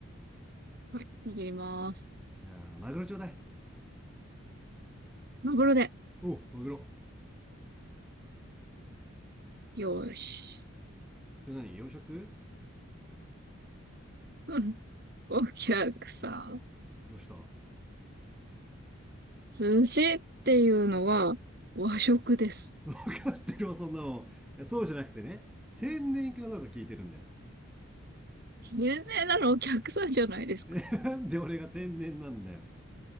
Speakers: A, on the right; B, in the centre.
A: はい、握ります。
B: じゃあ、マグロちょうだい。
A: マグロで。
B: おう、マグロ。
A: よーし。
B: それ何洋食
A: <laughs> うんお客さん。
B: どうしたわ
A: 寿司っていうのは和食です。
B: かってるわ、そんなの。そうじゃなくてね。天然かどうか聞いてるんだよ。
A: 有名なのお客さんじゃないですか。
B: <laughs> なんで俺が天然なんだよ。